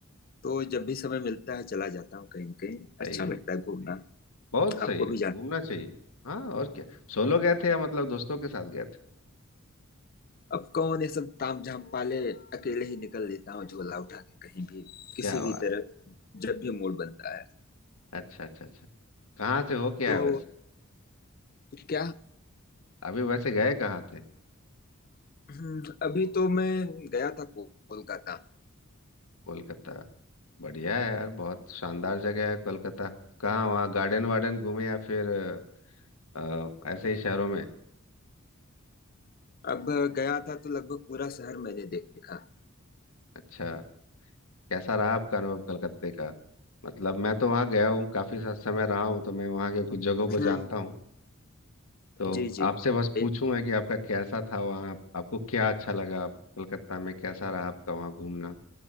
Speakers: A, on the left; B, on the left.
A: तो जब भी समय मिलता है चला जाता हूँ कहीं न कहीं
B: सही
A: अच्छा लगता
B: है
A: है घूमना
B: बहुत सही
A: आपको
B: है
A: भी जाना
B: घूमना चाहिए हाँ और क्या सोलो
A: चाहिए
B: गए थे या मतलब दोस्तों के साथ गए थे
A: अब कौन ये सब ताम झाम पाले अकेले ही निकल लेता हूँ झोला उठा के कहीं भी किसी
B: क्या बात
A: भी तरह जब भी मूड बनता है
B: अच्छा अच्छा अच्छा कहाँ से हो क्या
A: तो
B: वैसे
A: क्या
B: अभी वैसे गए कहाँ थे
A: हम्म, अभी तो मैं गया था को- कोलकाता
B: कोलकाता बढ़िया है यार बहुत शानदार जगह है कोलकाता कहाँ वहाँ गार्डन वार्डन घूमे या फिर अ, ऐसे ही शहरों में
A: अब गया था तो लगभग पूरा शहर मैंने देखा
B: अच्छा कैसा रहा आपका अनुभव कलकत्ते का मतलब मैं तो वहाँ गया हूँ काफी सा समय रहा हूँ तो मैं वहाँ के कुछ जगहों को
A: हम्म
B: जानता हूँ तो
A: जी जी
B: आपसे बस
A: ए-
B: पूछूंगा कि आपका कैसा था वहाँ आप- आपको क्या अच्छा लगा कोलकाता में कैसा रहा आपका वहाँ घूमना